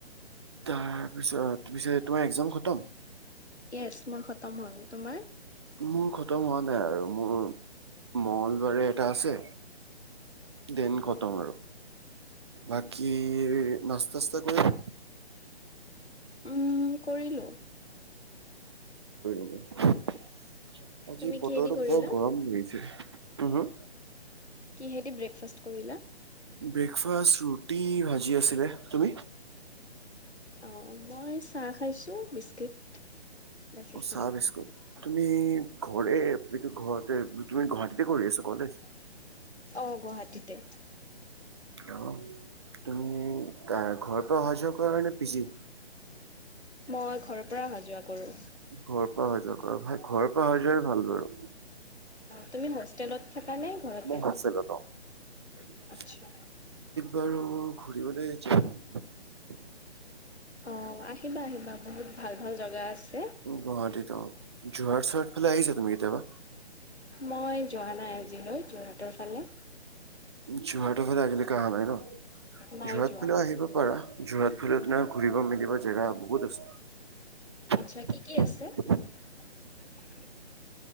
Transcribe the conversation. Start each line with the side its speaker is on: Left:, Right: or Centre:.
Right: তাৰ পিছত ।পিছে তোমাৰ একজাম খতম।
Left: য়েচ, মোৰ খতম হ'ল। তোমাৰ?
Right: মোৰ খতম হোৱা নাই আৰু মোৰ মঙ্গলবাৰে এটা আছে। দেন খতম। আৰু বাকী নাস্তা-চাস্তা কৰিলা?
Left: উম, কৰিলোঁ।
Right: <inaudible> আজি
Left: তুমি
Right: বতৰটো
Left: কিহেদি কৰিলা
Right: বৰ গৰম হৈছে। উহুঁ
Left: কিহেদি ব্ৰেকফাষ্ট কৰিলা?
Right: ব্ৰেকফাষ্ট? ৰুটি-ভাজি আছিলে। তুমি?
Left: অ', মই চাহ খাইছোঁ। Bisque scoot. বাছ,
Right: অ
Left: এইখিনিয়েই।
Right: চাহ বিস্কুট তুমি ঘৰে এইটো ঘৰতে তুমি গুৱাহাটীতে কৰি আছা কলেজ
Left: অ', অ', গুৱাহাটীতে।
Right: অ'। তুমি <unintelligible> ঘৰত <unintelligible> যোগ মই, মানে, বিজি
Left: মই ঘৰৰ পৰা আহা-যোৱা কৰোঁ।
Right: ঘৰ পৰা আহা-যোৱা ভাই, ঘৰৰ পৰা আহা-যোৱাই ভাল বাৰু।
Left: তুমি হোষ্টেলত থাকা নে ঘৰতে?
Right: মই <unintelligible> গুৱাহাটীত
Left: আচ্ছা।
Right: বাৰু বিহুলে <unintelligible>
Left: অ', আহিবা, আহিবা। বহুত ভাল-ভাল জগা আছে।
Right: গুৱাহাটীত অ যোৰহাট চহাট ফালে আহিছা তুমি কেতিয়াবা?
Left: মই যোৱা নাই আজিলৈ যোৰহাটৰ ফালে।
Right: যহটো ফাল আজিলৈকে অহা নাই ন।
Left: নাই
Right: যোৰহাট
Left: যোৱা।
Right: ফালেও আহিব পাৰা যোৰহাট ফালে দিনা ঘুৰিব মেলিব জেগা বহুত আছে।
Left: আচ্ছা কি কি <unintelligible>